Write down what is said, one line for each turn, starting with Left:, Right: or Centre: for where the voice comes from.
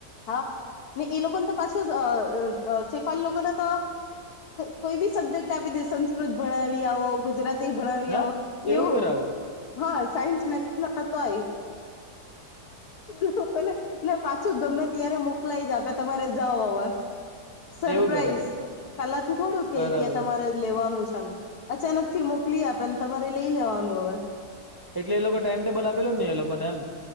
Left: હા એ લોકોને તો પાછું સેફા લોકોને તો, કોઈ બી સબ્જેક્ટ આપી દે સંસ્કૃત ભણાવી આવો, ગુજરા તી ભણાવી
Right: હા
Left: આવો એવું
Right: કરાવે
Left: હા સાયન્સ મે તો હોય, એ લોકોને ને પાછું ગમે ત્યારે મોકલાઈ જ આપે તમારે જાઓ હવે સરપ્રાઈઝ
Right: એવું કરે
Left: પેલાથી થોડું કે
Right: બરાબર
Left: કે તમારે લેવાનું છે, એમ અચાનક થી મોકલી આપેને તમારે લઈ લેવાનું હવે
Right: એટલે એ લોકો ટાઈમ ટેબલ આપેલો જ ની એ લોકોને એમ.